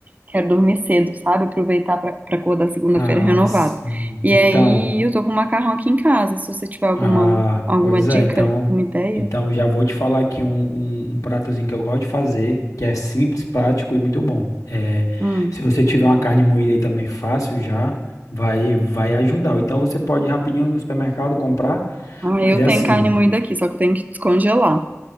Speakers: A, on the right; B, on the left.
A: quero dormir cedo, sabe? Aproveitar pra, pra acordar segunda-feira
B: Ah,
A: renovado.
B: sim.
A: E
B: Então,
A: aí, eu tô com macarrão aqui em casa, se você tiver alguma,
B: Ah,
A: alguma
B: pois
A: dica,
B: é, então,
A: alguma ideia.
B: então já vou te falar aqui um, um, um pratozinho que eu gosto de fazer, que é simples, prático e muito bom. É,
A: Hum.
B: se você tiver uma carne moída aí também fácil já, vai vai ajudar. Ou Então você pode ir rapidinho no supermercado comprar,
A: Ah,
B: mas
A: eu
B: é assim,
A: tenho carne
B: ó.
A: moída aqui, só que eu tenho que descongelar.